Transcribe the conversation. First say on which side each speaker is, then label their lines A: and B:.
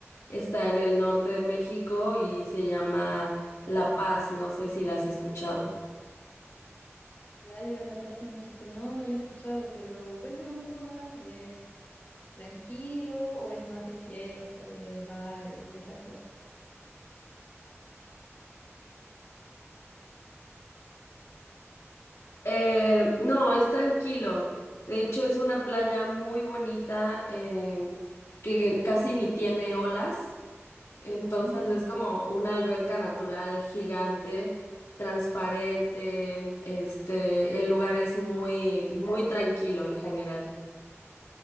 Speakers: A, on the left; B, on the left.
A: Está en el norte de México y se llama La Paz, no sé si la has escuchado.
B: Playa de la Paz en México. No, no la he escuchado, pero cuéntame un poco más. ¿Es tranquilo o es más de fiesta, de bares y esas cosas?
A: Eh, no, es tranquilo. De hecho, es una playa muy bonita eh, que casi ni tiene olas. Entonces
B: Mm.
A: es como una alberca natural gigante, transparente. Este, el lugar es muy, muy tranquilo en general.